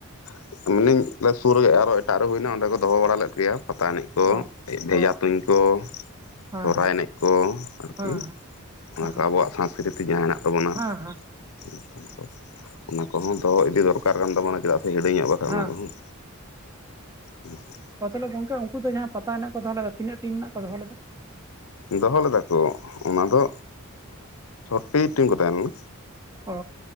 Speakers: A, on the left; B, on the right.
A: <unintelligible> ᱥᱩᱨ ᱨᱮ ᱟᱨᱚ ᱮᱴᱟᱜ ᱨᱮ ᱦᱩᱭᱱᱟ ᱚᱸᱰᱮ ᱠᱚ ᱫᱚᱦᱚ ᱵᱟᱲᱟ ᱞᱮᱫ ᱜᱮᱭᱟ ᱯᱟᱛᱟ ᱮᱱᱮᱡ ᱠᱚ
B: ᱚ
A: ᱵᱷᱮᱡᱟ
B: ᱚ
A: ᱛᱩᱧ ᱠᱚ
B: ᱦᱮᱸ
A: ᱥᱚᱨᱦᱟᱭ ᱮᱱᱮᱡ ᱠᱚ ᱟᱨ
B: ᱦᱮᱸ
A: ᱠᱤ ᱚᱱᱟ
B: ᱦᱮᱸ ᱦᱮᱸ
A: ᱠᱚ ᱟᱵᱚᱣᱟᱜ ᱥᱟᱥᱠᱨᱤᱛᱤ ᱡᱟᱦᱟᱸ ᱢᱮᱱᱟᱜ ᱛᱟᱵᱚᱱᱟ
B: ᱦᱮᱸ
A: ᱚᱱᱩᱥᱴᱷᱟᱱ ᱠᱚ ᱚᱱᱟ ᱠᱚᱦᱚᱸ ᱫᱚᱦᱚ ᱤᱫᱤ ᱫᱚᱨᱠᱟᱨ ᱠᱟᱱ ᱛᱟᱵᱚᱱᱟ ᱪᱮᱫᱟᱜ ᱥᱮ ᱦᱤᱲᱤᱧᱚᱜ-ᱟ ᱵᱟᱠᱷᱟᱡ
B: ᱦᱮᱸ
A: ᱚᱱᱟ ᱠᱚᱦᱚᱸ ᱦᱮᱸ ᱥᱮ
B: ᱟᱫᱚ ᱛᱟᱦᱚᱞᱮ ᱜᱚᱝᱠᱮ ᱩᱱᱠᱩ ᱫᱚ ᱡᱟᱦᱟᱸ ᱯᱟᱛᱟ ᱮᱱᱮᱡ ᱠᱚ ᱫᱚᱦᱚ ᱞᱮᱫᱟ ᱛᱤᱱᱟᱹᱜ ᱴᱤᱢ ᱨᱮᱱᱟᱜ ᱠᱚ ᱫᱚᱦᱚ ᱞᱮᱫᱟ?
A: ᱫᱚᱦᱚ ᱞᱮᱫᱟ ᱠᱚ ᱚᱱᱟ ᱫᱚ ᱪᱷᱚᱴᱤ ᱴᱤᱢ ᱠᱚ ᱛᱟᱦᱮᱸ ᱞᱮᱱᱟ
B: ᱚ